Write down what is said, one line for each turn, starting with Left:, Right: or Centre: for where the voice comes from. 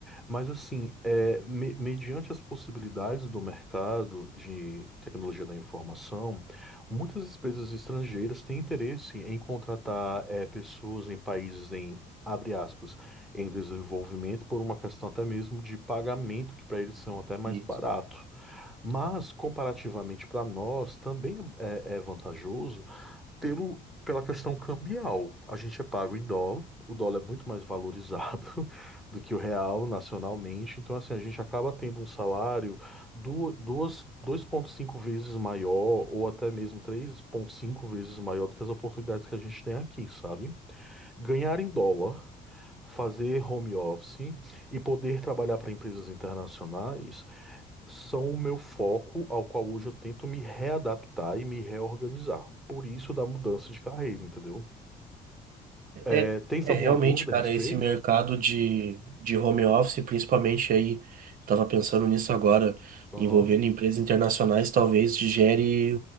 Centre: Mas assim, é, me- mediante as possibilidades do mercado de tecnologia da informação, muitas empresas estrangeiras têm interesse em contratar é, pessoas em países em, abre aspas, em desenvolvimento por uma questão até mesmo de pagamento, que para eles são até mais
Right: Isso.
Centre: barato. Mas, comparativamente para nós, também é é vantajoso pelo, pela questão cambial, a gente é pago em dólar, o dólar é muito mais valorizado <laughs> do que o real nacionalmente, então assim, a gente acaba tendo um salário du- duas- dois vírgula cinco vezes maior ou até mesmo três vírgula cinco vezes maior do que as oportunidades que a gente tem aqui, sabe? Ganhar em dólar, fazer home office e poder trabalhar para empresas internacionais são o meu foco ao qual hoje eu tento me readaptar e me reorganizar. Por isso da mudança de carreira, entendeu? É,
Right: É,
Centre: tens
Right: é
Centre: alguma
Right: realmente,
Centre: dúvida
Right: cara,
Centre: a respeito?
Right: esse mercado de, de home office, principalmente aí, estava pensando nisso agora,
Centre: Aham.
Right: envolvendo empresas internacionais, talvez gere